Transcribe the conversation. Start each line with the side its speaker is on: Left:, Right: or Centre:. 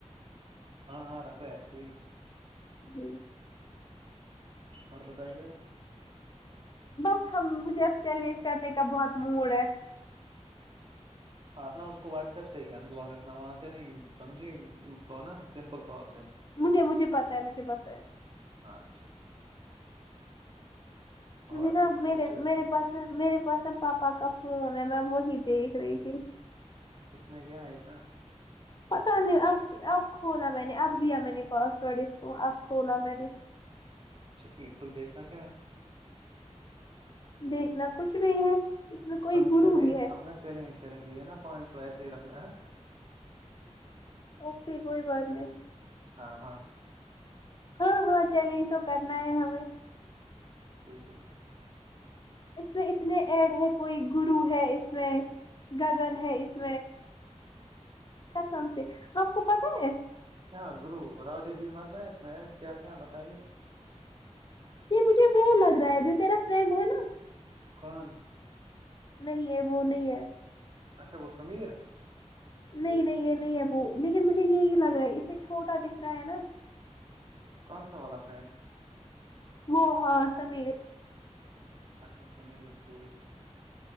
Right: ہاں ہاں ر کوو ایسے ہی
Left: جی
Right: اور بتائیے آپ
Left: بس ہم مجھے اب چیلنج کرنے کا بہت موڈ ہے
Right: آپ ن اس کو واٹس ایپ سے ہی ان بلاگ رکھنا وہاں سے نہیں سمجھی فون سمپل کال سے
Left: مجھے مجھے پتا ہے مجھے پتا ہے
Right: ہاں جی
Left: مجھے
Right: اور
Left: نا میرے
Right: کیا چیلنج
Left: میرے پاس میرے پاس ن پاپا کا فون ہے میں وہی دیکھ رہی تھی
Right: اس میں کیا ہے اتنا
Left: پتا نہیں اب اب کھولا میں نے اب دیا میں نے پاسورڈ اس کو اب کھولا میں نے
Right: اچھا ٹھیک ہے تویکنا کیا ہے
Left: دیکھنا کچھ نہیں ہے اس میں کوئی
Right: ہم
Left: گرو
Right: چیلنج
Left: بھی ہے
Right: ہم نا چیلنج کریں گی ہے نا پوائنٹس وائ سے ہی رکھنا ہے
Left: اوکے کوئی بات نہیں
Right: ہاں ہاں
Left: ہاں ہاں چیلنج تو کرنا ہے ہمیں
Right: جی جی
Left: اس میں اتنے ایڈ ہے کوئی گرو ہے اس میں گگن ہے اس سم سے آپ کو پتا ہے <unintelligible>
Right: کیا گرو راہ دیوی متل ہے اس میںڈ کیا کیا بتائیے
Left: یہ مجھے وہ لگ رہا ہے جو تیرا فرینڈ ہے نا
Right: کن <unintelligible>
Left: نہیں ہے وہ نہیں ہے
Right: اچا گو سمیر <unintelligible>
Left: نہیں نہیں یہ نہیں ابو لیکن مجھے یہی لگ رہا ہے اسے چھوٹا دکھ رہا ہے نا
Right: کون سا والا فرین
Left: وہ ہاں سمیر
Right: اچھا سمر ٹھیک